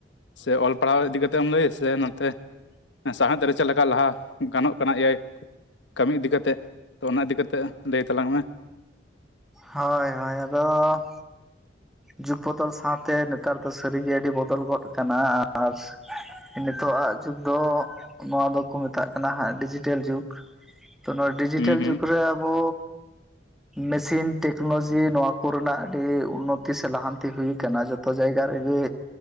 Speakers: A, on the left (about 80°); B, in the centre.
A: ᱥᱮ ᱚᱞ ᱯᱟᱲᱦᱟᱣ ᱤᱫᱤ ᱠᱟᱛᱮᱢ ᱞᱟᱹᱭᱭᱟ ᱥᱮ ᱱᱚᱛ ᱥᱟᱶᱦᱮᱫ ᱨᱮ ᱪᱮᱫ ᱞᱮᱠᱟ ᱞᱟᱦᱟ ᱜᱟᱱᱚᱜ ᱠᱟᱱᱟ ᱮᱭᱟᱭ ᱠᱟᱹᱢᱤ ᱤᱫᱤ ᱠᱟᱛᱮᱜ᱾ ᱛᱚ ᱚᱱᱟ ᱤᱫᱤ ᱠᱟᱛᱮᱫ ᱞᱟᱹᱭ ᱛᱟᱞᱟᱝ ᱢᱮ ᱾
B: ᱦᱳᱭ ᱦᱳᱭ ᱟᱫᱚ ᱡᱩᱜᱽ ᱵᱚᱫᱚᱞ ᱥᱟᱶᱛᱮ ᱱᱮᱛᱟᱨ ᱫᱚ ᱥᱟᱹᱨᱤᱜᱮ ᱟᱹᱰᱤ ᱵᱚᱫᱚᱞ ᱜᱚᱫ ᱟᱠᱟᱱᱟ ᱟᱨ ᱱᱤᱛᱳᱜ ᱟᱜ ᱡᱩᱜᱽ ᱫᱚ ᱱᱚᱣᱟ ᱫᱚᱠᱚ ᱢᱮᱛᱟᱜ ᱠᱟᱱᱟ ᱦᱟᱸᱜ ᱰᱤᱡᱤᱴᱮᱞ ᱡᱩᱜᱽ ᱛᱚ ᱱᱚᱣᱟ ᱰᱤᱡᱤᱴᱮᱞ
A: ᱦᱩᱸ
B: ᱡᱩᱜᱨᱮ ᱟᱵᱚ ᱢᱮᱥᱤᱱ ᱴᱮᱠᱱᱳᱞᱳᱡᱤ ᱱᱚᱣᱟ ᱠᱚᱱᱟᱜ ᱟ ᱩᱱᱱᱚᱛᱚ ᱛᱤ ᱥᱮ ᱞᱟᱦᱟᱱᱛᱤ ᱦᱩᱭ ᱟᱠᱟᱱᱟ ᱡᱚᱛᱚ ᱡᱟᱭᱜᱟ ᱨᱮᱜᱮ